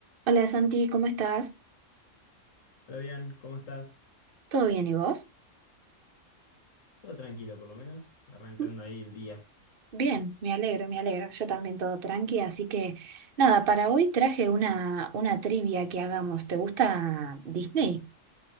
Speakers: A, on the right (about 50°); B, on the left (about 85°).
A: Hola Santi, ¿cómo estás?
B: Hola, bien, ¿cómo estás?
A: ¿Todo bien y vos?
B: Todo tranquilo, por lo menos, arrancando
A: Mm.
B: ahí el día.
A: Bien, me alegro, me alegro. Yo también todo tranqui, así que nada, para hoy traje una, una trivia que hagamos. ¿Te gusta Disney?